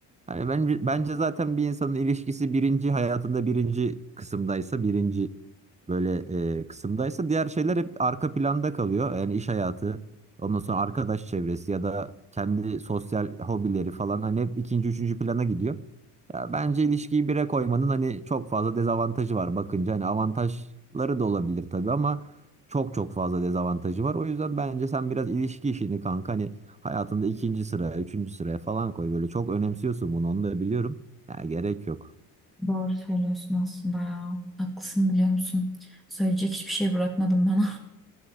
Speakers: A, on the right (about 15°); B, in the centre.
A: Hani ben, bence zaten bir insanın ilişkisi birinci hayatında birinci kısımdaysa birinci böyle e, kısımdaysa diğer şeyler hep arka planda kalıyor. Yani iş hayatı, ondan sonra arkadaş çevresi ya da kendi sosyal hobileri falan hani hep ikinci üçüncü plana gidiyor. Ya bence ilişkiyi bire koymanın hani çok fazla dezavantajı var bakınca hani avantajları da olabilir tabii ama çok çok fazla dezavantajı var. O yüzden bence sen biraz ilişki işini kanka hani Hayatında ikinci sıraya, üçüncü sıraya falan koy. Böyle çok önemsiyorsun bunu, onu da biliyorum. Ya gerek yok.
B: Doğru söylüyorsun aslında ya. Haklısın biliyor musun? Söyleyecek hiçbir şey bırakmadım bana.